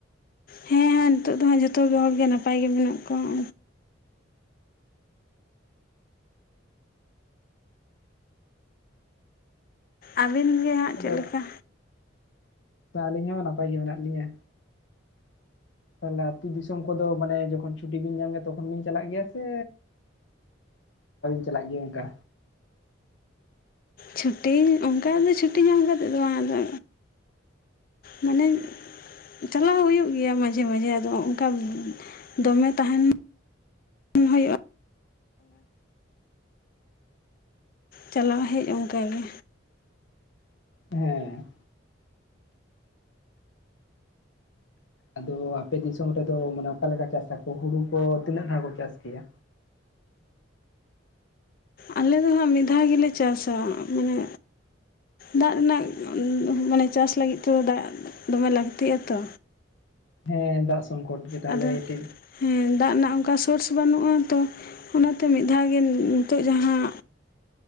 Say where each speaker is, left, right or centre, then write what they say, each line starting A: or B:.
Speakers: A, on the left; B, on the left.
A: ᱦᱮᱸ ᱦᱮᱸ ᱱᱤᱛᱚᱜ ᱫᱚ ᱦᱟᱸᱜ ᱡᱚᱛᱚᱮ ᱦᱚᱲᱜᱮ ᱱᱟᱯᱟᱭ ᱜᱮ ᱢᱮᱱᱟᱜ ᱠᱚᱣᱟ ᱟᱹᱵᱤᱱ ᱜᱮ ᱦᱟᱸᱜ
B: ᱟᱫᱚ
A: ᱪᱮᱫ ᱞᱮᱠᱟ
B: ᱟᱹᱞᱤᱧ ᱦᱚᱸ ᱱᱟᱯᱟᱭ ᱜᱮ ᱢᱮᱱᱟᱜ ᱞᱤᱧᱟᱹ ᱛᱟᱦᱞᱮ ᱟᱹᱛᱩ ᱫᱤᱥᱚᱢ ᱠᱚᱫᱚ ᱢᱟᱱᱮ ᱡᱚᱠᱷᱚᱱ ᱪᱷᱩᱴᱤ ᱵᱤᱱ ᱧᱟᱢ ᱜᱮᱭᱟ ᱛᱚᱠᱷᱚᱱ ᱵᱤᱱ ᱪᱟᱞᱟᱜ ᱜᱮᱭᱟ ᱥᱮ <inaudible> ᱪᱟᱞᱟᱜ ᱜᱮᱭᱟ ᱚᱱᱠᱟ᱾
A: ᱪᱷᱩᱴᱤ ᱚᱱᱠᱟ ᱫᱚ ᱪᱷᱩᱴᱤ ᱧᱟᱢᱛᱮᱫ ᱫᱚ ᱵᱟᱝ ᱟᱫᱚ ᱢᱟᱱᱮ ᱪᱟᱞᱟᱣ ᱦᱩᱭᱩᱜ ᱜᱮᱭᱟ᱾ ᱢᱟᱡᱷᱮ ᱢᱟᱡᱷᱮ ᱟᱫᱚ ᱚᱱᱠᱟ ᱫᱚᱢᱮ ᱛᱟᱦᱮᱱ ᱦᱩᱭᱩᱜᱼᱟ᱾ ᱪᱟᱞᱟᱣ ᱦᱮᱡ ᱚᱱᱠᱟ ᱜᱮ᱾
B: ᱦᱮᱸ ᱟᱫᱚ ᱟᱯᱮ ᱫᱤᱥᱚᱢ ᱨᱮᱫᱚ ᱢᱟᱱᱮ ᱚᱠᱟᱞᱮᱠᱟ ᱪᱟᱥᱟᱚ ᱦᱩᱲᱩ ᱠᱚ ᱛᱤᱱᱟᱹᱜ ᱫᱷᱟ ᱠᱚ ᱪᱟᱥ ᱜᱮᱭᱟ?
A: ᱟᱞᱮ ᱫᱚ ᱢᱤᱫ ᱫᱷᱟᱣ ᱜᱮᱞᱮ ᱪᱟᱥᱟ ᱢᱟᱱᱮ ᱫᱟᱜ ᱨᱮᱱᱟᱜ ᱢᱟᱱᱮ ᱪᱟᱥ ᱞᱟᱹᱜᱤᱫ ᱛᱮᱫᱚ ᱫᱟᱜ ᱫᱚᱢᱮ ᱞᱟᱹᱠᱛᱤᱜᱼᱟ ᱛᱚ᱾
B: ᱦᱮᱸ ᱫᱟᱜ ᱥᱚᱝᱠᱚᱴ ᱠᱮᱫᱟ
A: ᱟᱫᱚ
B: ᱞᱮ ᱠᱟᱹᱴᱤᱡ
A: ᱦᱮᱸ ᱫᱟᱜ ᱨᱮᱱᱟᱜ ᱚᱱᱠᱟ ᱥᱳᱨᱥ ᱵᱟᱹᱱᱩᱜᱼᱟ ᱛᱚ, ᱚᱱᱟᱛᱮ ᱢᱤᱫ ᱫᱷᱟᱣ ᱜᱮ ᱱᱤᱛᱚᱜ ᱡᱟᱦᱟᱸ